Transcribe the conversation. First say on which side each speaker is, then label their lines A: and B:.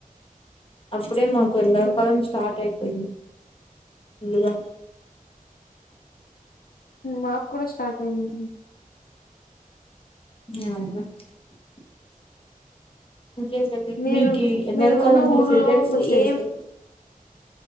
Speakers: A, on the left; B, on the left.
A: అప్పుడే మాకు ఎడాకాలం
B: ఉహు
A: స్టార్ట్ అయిపోయింది ముందుగా
B: నాకు కూడా స్టార్ట్ అయింది
A: అ ఇకే
B: మీరు
A: మీకు ఎన్నరి
B: మీరు
A: కాలంలో
B: ఉన్న ఊర్లో
A: ఫేవరెట్ ఫుడ్ ఏంది
B: ఏ